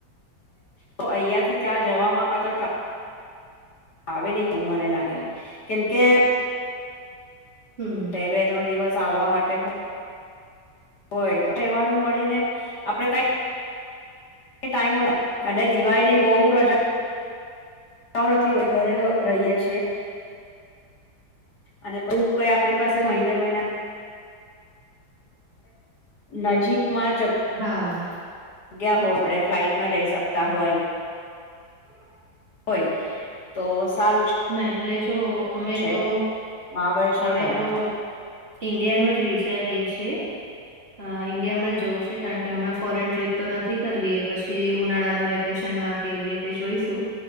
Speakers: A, on the left (about 60°); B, on the right (about 35°).
A: તો અહિયા થી ત્યાં જવા માં કા તો ટ્રા ટ્રાવેલિગ મને લાગે કેમ કે
B: હમ
A: બે ત્રણ દિવસ આવવા માટે હો હોય તો રેવાનું મળીને આપડે કઈ. ટાઈમ અને દિવાળીની બહુ રજા. જાઓ નથી અવે ઘરે રહીએ છીએ. અને પહી કઈ આપડી પાસે મહિને મહિના <inaudible> નજીકમાં જ
B: હા
A: ગયા હો આપડે ફ્લાઇટમાં જઈ શકતા હોય
B: <unintelligible>
A: હોય તો સારું
B: ના એટલે જો અમે
A: છે
B: તો
A: મહાબળેશ્વર
B: અમે
A: ગયા
B: તો
A: હતા
B: ઇન્ડિયાનું જ વિચારીએ છીએ અ ઇન્ડિયા માં જવું છે, કારણ કે હમણાં ફોરેન ટ્રીપ તો નથી કરવી એ પછી ઉનાળાના વેક -કેશન માકે એવી રીતે જોઈશું